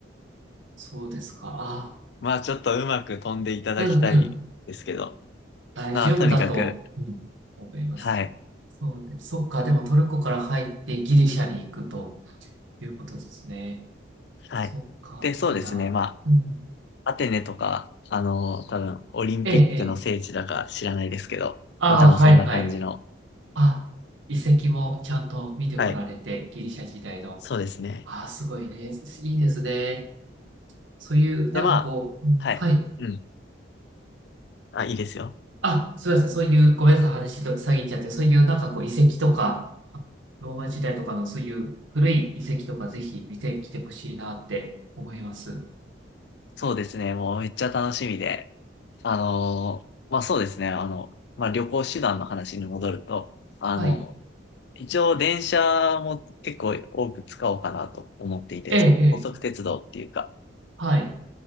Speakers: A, on the right (about 85°); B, on the left (about 60°).
A: そうですか。ああ、
B: まあ、ちょっとうまく飛んでいただきたいですけど。
A: うんうん。大丈夫だと、
B: まあ、とにかく、
A: うん、思いますけど。
B: はい。
A: そうで、そっか、でもトルコから入ってギリシャに行くということですね。
B: はい。
A: そっか、
B: で、そうですね。
A: いいな。
B: まあ
A: うんうん。
B: アテネとか、あの、多分、オリンピックの聖地だか知らないですけど、
A: ええ、ええ。ああ、
B: まあ多分そんな感じの。
A: はい、はい。あ、遺跡もちゃんと見てこられて、
B: はい。
A: ギリシャ時代の。
B: そうですね。
A: ああ、すごいね。いいですね。そういう、なんかこう、
B: で、まあ、
A: うんはい。
B: はい。うん。あ、いいですよ。
A: あ、すみません。そういう、ごめんなさい。話と遮っちゃって、そういう、なんかこう、遺跡とか、ローマ時代とかのそういう古い遺跡とか、ぜひ見てきてほしいなって思います。
B: そうですね。もうめっちゃ楽しみで。あのーまあそうですね。あの、まあ旅行手段の話に戻ると、あの、
A: はい。
B: 一応電車も結構多く使おうかなと思っていて、
A: ええ、ええ。
B: 高速鉄道っていうか
A: はい。